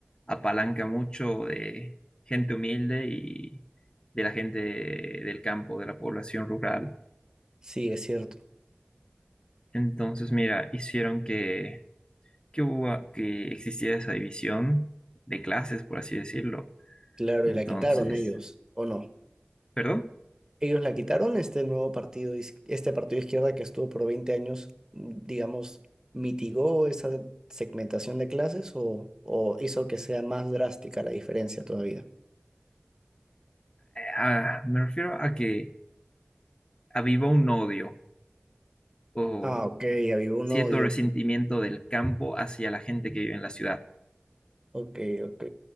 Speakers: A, on the left; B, on the right.
A: apalanca mucho de gente humilde y de la gente del campo, de la población rural.
B: Sí, es cierto.
A: Entonces, mira, hicieron que, que, hubo- que existiera esa división de clases, por así decirlo.
B: Claro,
A: Entonces,
B: y la quitaron ellos, ¿o no?
A: perdón,
B: Ellos la quitaron, este nuevo partido, is- este partido de izquierda que estuvo por 20 años, mm, digamos, mitigó esa de- segmentación de clases o, o hizo que sea más drástica la diferencia todavía.
A: Ah, me refiero a que avivó un odio o
B: Ah, ok, había un
A: cierto
B: odio.
A: resentimiento del campo hacia la gente que vive en la ciudad.
B: Ok, ok.